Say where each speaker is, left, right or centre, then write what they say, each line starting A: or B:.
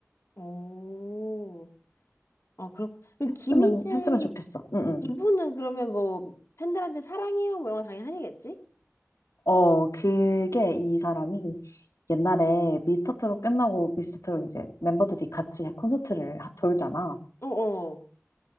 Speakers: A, on the left; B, on the left.
A: 오, 아, 그렇, 그럼
B: 했으면,
A: 김희재,
B: 했으면 좋겠어. 응, 응.
A: 이분은 그러면 뭐, 팬들한테 사랑해요? 뭐 이런 거 당연히 하시겠지?
B: 어, 그게 이 사람이 옛날에 미스터 트롯 끝나고 미스터 트롯 이제 멤버들이 같이 콘서트를 하- 돌잖아.
A: 어어.